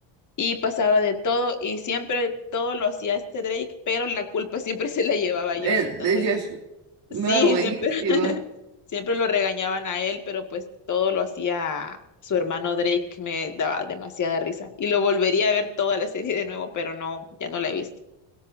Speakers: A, on the left; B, on the right.
A: Y pasaba de todo y siempre todo lo hacía este Drake, pero la culpa siempre <laughs> se la llevaba a Josh.
B: Eh, de
A: Entonces,
B: Josh. No,
A: sí,
B: buenísimo.
A: siempre, <laughs> siempre lo regañaban a él, pero pues todo lo hacía su hermano Drake. Me daba demasiada risa. Y lo volvería a ver toda la serie de nuevo, pero no, ya no la he visto.